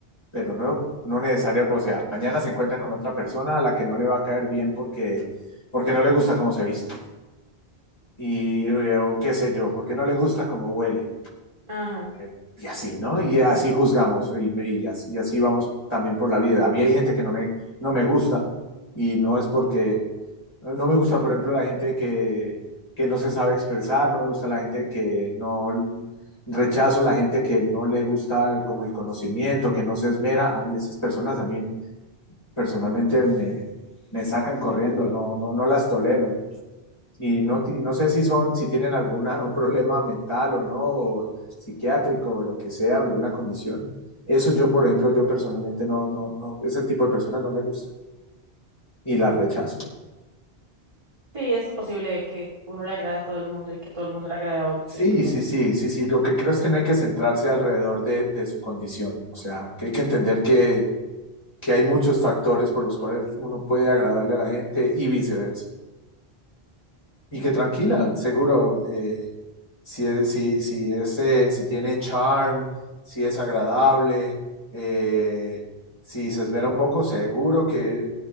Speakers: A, on the left; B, on the right.
A: pero no, no necesaria, o sea, mañana se encuentra con otra persona a la que no le va a caer bien porque, porque no le gusta cómo se viste y eh, o qué sé yo, porque no le gusta cómo huele.
B: ajá.
A: Eh, y así, ¿no? Y así juzgamos y, y, así, y, así, vamos también por la vida. A mí hay gente que no me, no me gusta y no es porque Ah, No me gusta, por ejemplo, la gente que, que no se sabe expresar, no me gusta la gente que no rechazo, la gente que no le gusta el- como el conocimiento, que no se esmera. A mí esas personas a mí personalmente me, me sacan corriendo, no, no, no las tolero. Y no, y no sé si son, si tienen algún problema mental o no, o psiquiátrico o lo que sea, alguna condición. Eso yo, por ejemplo, yo personalmente no, no, no, ese tipo de personas no me gusta y las rechazo.
B: Sí, es imposible que uno le agrade a todo el mundo y que todo el mundo le agrade a uno, tienes
A: Sí,
B: razón.
A: sí, sí, sí, sí. Lo que creo es que no hay que centrarse alrededor de, de su condición. O sea, que hay que entender que, que hay muchos factores por los cuales uno puede agradarle a la gente y viceversa. Y que tranquila, seguro, eh, si es, si, si es, eh, si tiene charm, si es agradable, eh, si se esmera un poco, seguro que,